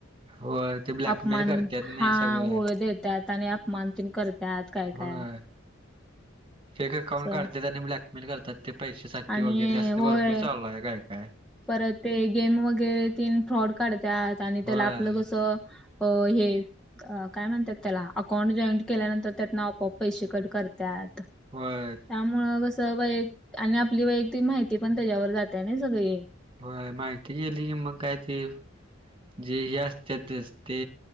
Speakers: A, on the right; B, in the centre.
A: होय ते ब्लॅकमेल
B: अपमान
A: करत्यात नाही
B: हा
A: सगळं
B: होय देतात आणि अपमान तिन करतात काय
A: होय.
B: काय.
A: फेक अकाउंट
B: असं
A: काढत्यात आणि ब्लॅक. मेल करतात ते पैसेे साठी
B: आणि
A: वगैरे जास्त भरपूर
B: होय
A: चालला आहे काय काय.
B: परत ते गेम वगैरे ती फ्रॉड काढतात आणि
A: होय
B: त्याला आपलं कसं. हो हे. अ काय म्हणतात त्याला? अकाउंट जॉईंट केल्यानंतर, त्यातन आपोआप पैसे कट करतात.
A: होय.
B: त्यामुळं कसं, वैय आणि आपली वैयक्तिक माहिती पण त्याच्यावर जातय ना सगळी.
A: होय माहिती गेली की मग काय ती. जे हे असत्यात ते